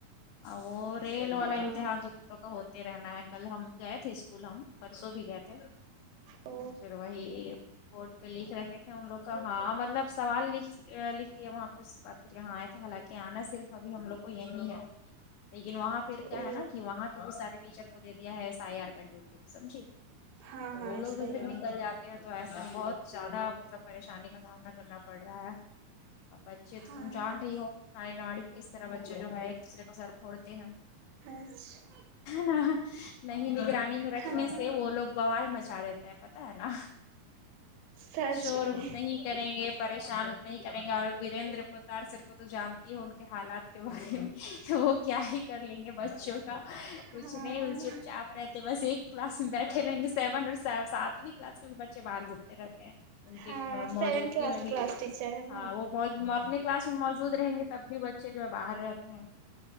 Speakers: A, on the left; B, on the right.
A: وہ ریل والا
B: ہاں
A: امتحان تو تم لوگا کا ہوتے رہنا ہے کل ہم گئے تھے اسکول ہم پرسوں بھی گئے تھے
B: ا
A: وہائی بورڈ پہ لکھ رکھے تھے ان لوگ کا ہاں مطلب سوال لکھ لکھ دیا وہاں پہ اس کے بعد پھر یہاں آ حالانکہ آنا صرف ابھی ہم لوگ کو یہی ہے لیکن وہاں پھر کیا
B: او
A: ہے نا کہ وہاں کے بھی سارے ٹیچر کو دے دیا ہے س آئی آر کا ڈیوٹی میں سمجھی
B: ہاں
A: تو
B: ہاں
A: وہ
B: ایسا
A: لوگ بھی پھر
B: ہی اور
A: نکل جاتے تو ایسا بہت زیادہ مطلب پریشانی کا سامنا کرنا پڑ رہا ہے بچے تو
B: ہاں
A: تم جان رہی ہو ناری نڑی کس طرح بچے جو ہے ایک دوسرے کو سر پھوڑتے ہیں
B: بس
A: نا نہیں نگرانی میں رکھنے
B: ہاں
A: سے وہ لوگ بوال مچا دیتے ہیں پتا ہے نا
B: سچ
A: شور اتنا
B: میں
A: ہی کریں گے پریشان اتنا ہی کریں گے اور ورییندر پوتار صرف تو جانتی ہو ان کے حالات کے بارے میں کہ وہ کیا ہی کر لیں گے بچوں کچھ
B: ہاں
A: نہیں چپ چاپ رہتے بس ایک کلاس میں بیٹھے رہیں گے سیون اور ساتھ کلاس میں بھی بچے باہر گھومتے رہتے ہیں ان
B: ہاں
A: کے موجودگی
B: سیون کلاس
A: میں بھی
B: کلاس ٹیچر ہے
A: ہاں
B: نا
A: وہ اپنے کلاس میں موجود رہیں گے تب بھی بچے جو ہے باہر رہتے ہیں